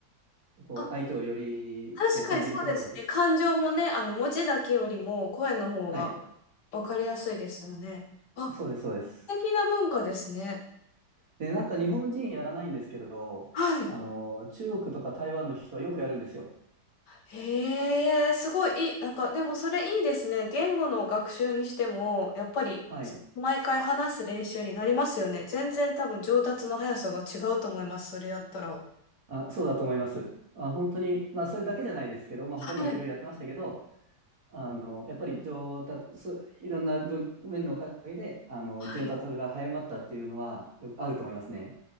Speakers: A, on the right; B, on the left.
A: こう、
B: あ
A: 相手をより、
B: 確かにそうですね。
A: こう、感じることができ、
B: 感情もね、あの、文字だけよりも声の方が
A: はい。
B: わかりやすいですよね。あ、
A: そうです、そうです。
B: 素敵な文化ですね。
A: で、なんか日本人やらないんですけど、
B: はい。
A: あの、中国とか台湾の人はよくやるんですよ。
B: へえ、すごいいい。なんか、でもそれいいですね。言語の学習にしても、やっぱり、
A: はい。
B: 毎回話す練習になりますよね。全然多分上達の速さが違うと思います。それやったら。
A: あ、そうだと思います。あ、本当に、まあ、それだけじゃないですけど、まあ、
B: はい。
A: 他にもいろいろやってましたけど、あの、やっぱり上達、そいろんな分面のおかげで、あの、
B: はい
A: 上達が早まったっていうのは、よあると思いますね。